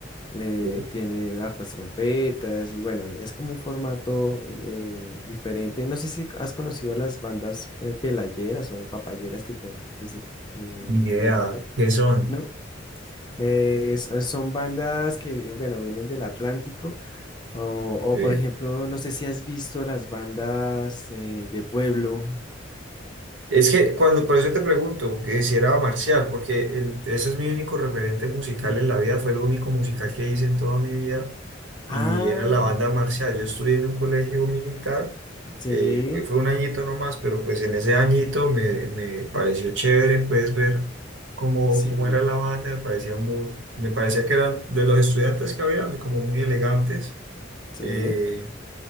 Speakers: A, on the left; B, on the right.
A: eh,
B: Sí.
A: tiene hartas trompetas y bueno, es como un formato eh, diferente. No sé si has conocido las bandas eh, pelayeras o papayeras que, con- que, se, que
B: Ni idea.
A: le llaman,
B: ¿Qué son?
A: ¿no? Eh, son son bandas que, vi- bueno, vienen del Atlántico o, o,
B: ¿Eh?
A: por ejemplo, no sé si has visto las bandas eh, de pueblo.
B: Es que cuando, por eso te pregunto, que si era marcial, porque el- ese es mi único referente musical
A: <clears throat>
B: en la vida, fue lo único musical que hice en toda mi vida
A: Ah,
B: y era la banda marcial. Yo estudié en un colegio militar,
A: sí,
B: eh, fue un añito nomás, pero pues en ese añito me, me pareció chévere, puedes ver cómo,
A: sí,
B: cómo era la banda, me parecía muy, me parecía que eran de los estudiantes que habían, como muy elegantes.
A: sí.
B: eh,